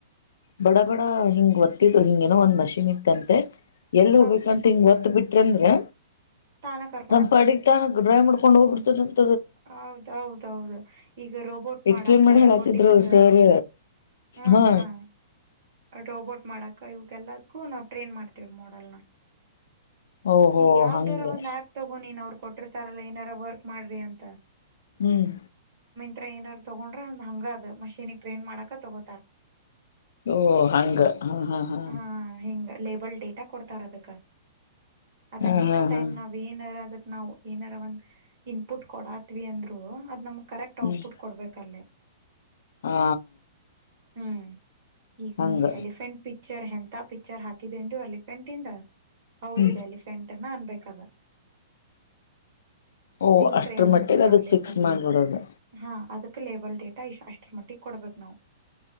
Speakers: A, on the left (about 65°); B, on the right (about 40°).
A: ಬಡ ಡ ಹಿಂಗ ಒತ್ತಿದ್ ಹಿಂಗ ಏನೋ ಒಂದ ಮಷೀನ್ ಇತ್ತಂತೆ ಎಲ್ಲಿ
B: ಹೌದು
A: ಹೋಗಬೇಕಂತ ಹಿಂಗ ಒತ್ತತ್ ಬಿಟ್ಟ ಅಂದ್ರೆ
B: ತಾನ ಕರ್ಕೊಂಡ್
A: ತನ್ ಪಡಿಗೆ ತಾನ ಡ್ರಾಯ್ ಮಾಡ್ಕೊಂಡ್ ಹೋಗ್ಬಿಡ್ತದ
B: ಹೌದೌದೌದು ಈಗ ರೋಬೋಟ್
A: ಎಕ್ಸ್ಪ್ಲೇನ್
B: ಮಾಡಾಕ
A: ಮಾಡಿ ಹೇಳತ್ತಿದ್ರು
B: ರೋಬೋಟಿಕ್ಸ್
A: ಸರ್
B: ಹ್ಮ್
A: ಹಾ
B: ಹ್ಮ್ ರೋಬೋಟ್ ಮಾಡಕ ಇವಗೆಲ್ಲದಕ್ಕೂ ನಾವು ಟ್ರೈನ್ ಮಾಡ್ತೇವಿ ಮಾಡಲ್ನ
A: ಓಹೋ
B: ಈಗ ಯಾವ್ದಾರ
A: ಹಂಗೆ
B: ಒಂದ್ ಆ್ಯಪ್ ತಗೊಂಡ ನೀನ್ ಅವರು ಕೊಟ್ಟಿರ್ತಾರಲ್ಲ ಏನಾರ ವರ್ಕ್ ಮಾಡ್ರಿ ಅಂತ
A: ಹ್ಮ್
B: ಟ್ರೈನರ್ ತಗೊಂಡ್ರ ಹಂಗದ ಮಷೀನಿಗ್ ಟ್ರೈನ್ ಮಾಡಕ ತಗೋತಾರ
A: ಓ ಹಂಗ ಹ್ಮ್ ಹ್ಮ ಹ್ಮ್
B: ಹಾ ಹಿಂಗ ಲೇಬಲ್ ಡೇಟಾ ಕೊಡ್ತಾರ ಅದಕ್ಕೆ ಅದ ನೆಕ್ಸ್ಟ್
A: ಹಾ ಹಾ ಹಾ
B: ಟೈಮ್ ನಾವವು ಏನಾರ ಅದಕ್ಕೆ ನಾವವು ಏನಾರ ಒಂದ್ ಇನ್ಪುಟ್ ಕೊಡಾತ್ವಿ ಅಂದ್ರು ಅದ್ ನಮ್ ಕರೆಕ್ಟ್
A: ಹ್ಮ್
B: ಔಟ್ಪುಟ್ ಕೊಡ್ಬೇಕಲ್ಲೇ
A: ಹಾ
B: ಹ್ಮ್ ಈಗ
A: ಹಂಗ
B: ನೀ ಎಲಿಫೆಂಟ್ ಪಿಕ್ಚರ್ ಎಂತ ಪಿಕ್ಚರ್ ಹಾಕಿದೆಂದು ಎಲಿಫೆಂಟ್ ಇಂದ ಹೌದಿದೆ
A: ಹ್ಮ್
B: ಎಲಿಫೆಂಟ್ನ್ನ ಅನ್ಬೇಕದ
A: ಓ
B: ಹಿಂಗ
A: ಅಷ್ಟ್ರ
B: ಟ್ರೈನ್
A: ಮಟ್ಟಿಗೆ
B: ಮಾಡ್ಬೇಕ
A: ಅದಕ್ಕೆ
B: ನ ಲೇಬಲ್
A: ಫಿಕ್ಸ್ ಮಾಡಿಬಿಡೋದು
B: ಹ ಲೇಬಲ್ ಡೇಟಾ ಅಷ್ಟರ ಮಟ್ಟಿಗೆ ಕೊಡ್ಬೇಕು ನಾವು